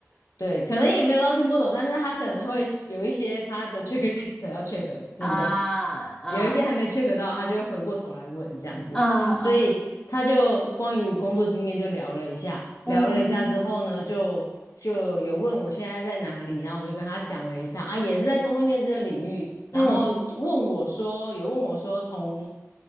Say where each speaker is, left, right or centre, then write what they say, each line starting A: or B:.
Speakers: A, on the left (about 85°); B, on the left (about 20°).
A: 对，可能也没有到听不懂，但是他可能会有一些他的 checklist 要 check，的是不是这样？
B: 啊啊
A: 有一些还没 check 到，他就会回过头来问这样子，
B: 啊啊，
A: 所以他就关于工作经验就聊了一下，聊了一下之后呢，
B: 嗯
A: 就就有问我现在在哪里，然后我就跟他讲了一下啊，也是在供应链这个领域，然后问我说，
B: 嗯，
A: 有问我说从